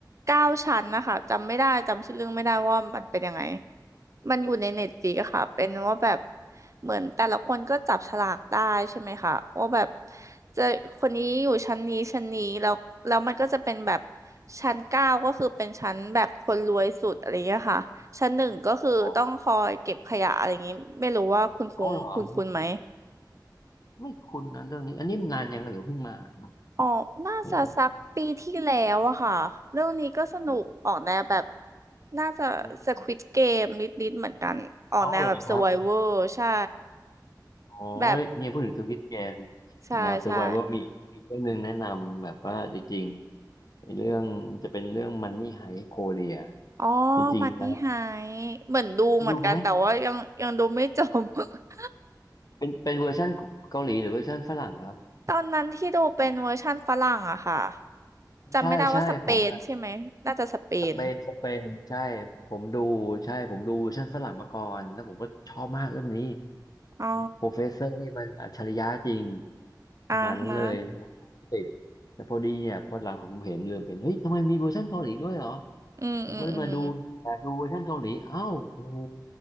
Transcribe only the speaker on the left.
อ๋ออ๋อเหรอไม่ไม่คุ้นนะเรื่องนี้อันนี้นานยังหรือเพิ่งมาครับ
ไม่ต้อง
อื
ม
เอาเหรอครับ
โอ้ยเนี่ยพูดถึงสวิตเกม
แนว survival มีมีเรื่องหนึงแนะนำแบบว่าจริงๆไอ้เรื่องจะเป็นเรื่อง Money Heist Korea
จริงๆนะ
ไปดูไหม
เป็นเป็นเวอร์ชันเกาหลีหรือเวอร์ชันฝรั่งครับ
ใช่ใช่ผม สเปนสเปนใช่ผมดูใช่ผมดูเวอร์ชันฝรั่งมาก่อนแล้วผมก็ชอบมากเรื่องนี้
โปรเฟสเซอร์นี่มันอัจฉริยะจริง
ประมาณนั้นเลยผมก็ดูติดแต่พอดีเนี่ยพอหลังผมเห็นเลยเป็นเฮ้ยทำไมมีเวอร์ชันเกาหลีด้วยเหรอ
ผมก็เลยมาดูแต่ดูเวอร์ชันเกาหลีอ้าวโอ้โห